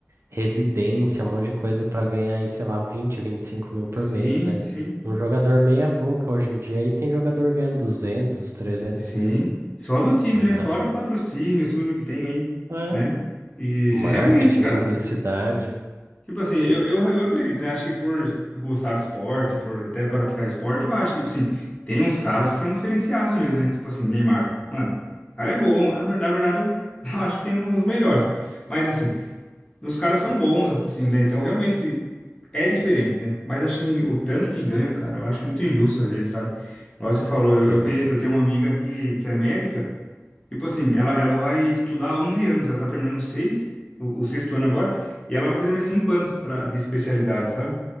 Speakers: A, on the right; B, on the left.
A: residência, um monte de coisa para ganhar aí, sei lá, vinte vinte e cinco mil por
B: Sim,
A: mês, né?
B: sim,
A: Um jogador meia boca hoje em dia aí tem jogador ganhando 200 trezentos
B: sim.
A: mil,
B: Só do time,
A: mas
B: né? Fora
A: ah,
B: patrocínio, tudo que tem aí,
A: é,
B: né? E
A: marketing,
B: realmente, cara.
A: publicidade,
B: Tipo assim, eu, eu, eu acredito, né? Acho que por gostar de esporte, por até praticar esporte, eu acho, tipo assim, tem uns caras que são diferenciados mesmo, né? Tipo assim, Neymar. Mano, o cara é bom. Na, ver- na verdade, eu, <laughs> eu acho que tem alguns melhores. Mas assim, os caras são bons, assim, né? Então realmente é diferente, né? Mas assim, o tanto que ganham, cara, eu acho muito injusto às vezes, sabe? Igual você falou, eu,
A: sim.
B: eu, conhe- eu tenho uma amiga que, que era médica. Tipo assim, ela, ela vai estudar 11 anos, ela tá terminando seis, o, o sexto ano agora, e ela vai fazer mais cinco anos pra, de especialidade, sabe?